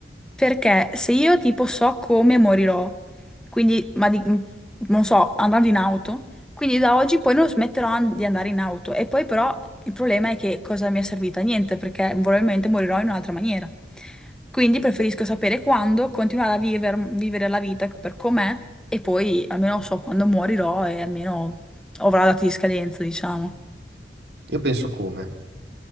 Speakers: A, in the centre; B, on the right.
A: Perché se io tipo so come morirò, quindi, ma di- mh, non so, andando in auto, quindi da oggi poi non smetterò an- di andare in auto. E poi però il problema è che cosa mi è servita? Niente, perché probabilmente morirò in un'altra maniera. Quindi preferisco sapere quando, continuare a viver- vivere la vita per com'è e poi almeno so quando morirò e almeno avrò la data di scadenza, diciamo.
B: Io penso come.